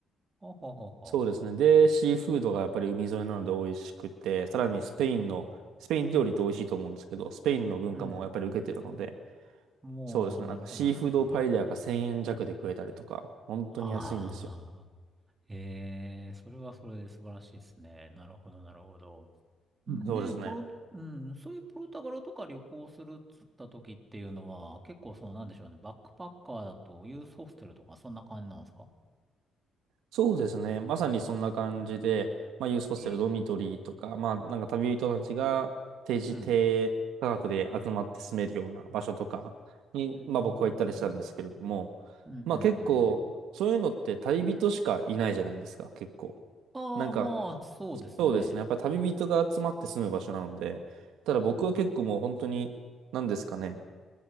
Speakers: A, on the right (about 25°); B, on the right (about 85°).
A: ほほほほ。
B: そうですね。で、シーフードがやっぱり海沿いなので美味しくて、さらにスペインの、
A: ほほ。
B: スペイン料理って美味しいと思うんですけど、スペインの文化もやっぱり受けてるので、
A: うん。もう、
B: そうですね。
A: なるほど、
B: なんかシーフードパエリアが1000円弱で食えたりとか、
A: なるほど。
B: 本当に安いんですよ
A: ああ、<laughs> ええ、それはそれで素晴らしいですね。なるほど、なるほど。んで、
B: そうですね。
A: ポロ、うん、そういうポルトガルとか旅行するっつった時っていうのは、結構その、なんでしょうね、バックパッカーだとユースホステルとかそんな感じなんですか
B: そうですね。まさにそんな感じで、
A: おう
B: まあ、ユースホステル、
A: ええ。
B: ドミトリーとか、まあ、なんか旅人たちが定時低価格で集まって住めるような場所とかに、
A: うん。うーん
B: まあ、僕は行ったりしたんですけれども、
A: うんうんうんうん。
B: まあ、結構、そういうのって旅人しかいないじゃないですか、結構。
A: ああ、
B: なんか、
A: まあ、そうですね。
B: そうですね。やっぱり旅人が集まって住む場所なので、ただ僕は結構もう本当に、
A: あ
B: なんですかね、